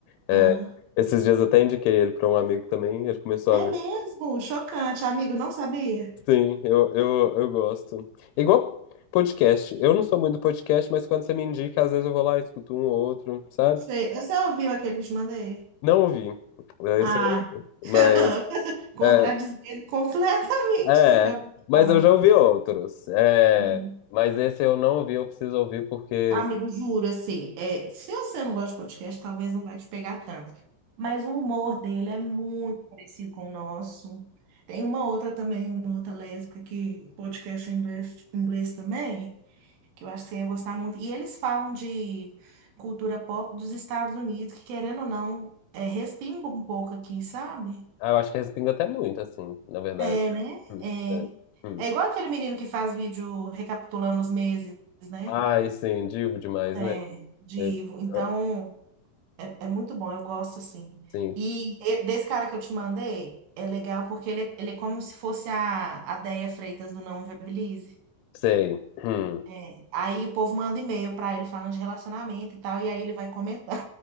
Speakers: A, on the left; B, on the right.
A: É,
B: ah.
A: esses dias eu até indiquei ele para um amigo também, ele começou
B: É
A: a ver.
B: mesmo, chocante, amigo, não sabia?
A: Sim, eu, eu, eu gosto. É Igual podcast. Eu não sou muito podcast, mas quando você me indica, às vezes eu vou lá, escuto um ou outro, sabe?
B: Sei, você ouviu aquele que eu te mandei?
A: Não ouvi. É,
B: Ah,
A: Esse eu não ouvi.
B: <laughs>
A: Mas.
B: contradizendo
A: É,
B: completamente
A: é,
B: o que você acabou de
A: mas
B: falar.
A: eu já ouvi outros. É,
B: Hum.
A: mas esse eu não ouvi, eu preciso ouvir porque
B: Amigo, juro, assim, é, se você não gosta de podcast, talvez não vai te pegar tanto. Mas o humor dele é muito parecido com o nosso. Tem uma outra também, uma outra lésbica que podcast em inglês, inglês também. que eu acho que você ia gostar muito. E eles falam de cultura pop dos Estados Unidos, que querendo ou não, é, respinga um pouco aqui, sabe?
A: ah, eu acho que respinga até muito, assim, na verdade.
B: É, né?
A: Hum,
B: É.
A: é, hum.
B: É igual aquele menino que faz vídeo recapitulando os meses, né?
A: Ai, sim, divo demais,
B: É,
A: né?
B: de,
A: Eu-
B: então,
A: ah,
B: é, é muito bom, eu gosto assim.
A: sim,
B: E, e- desse cara que eu te mandei, é legal porque ele, é- ele é como se fosse a, a Déia Freitas do Não Inviabilize.
A: sei. Hum,
B: É, aí o povo manda e-mail pra ele falando de relacionamento e tal, e aí ele vai comentando.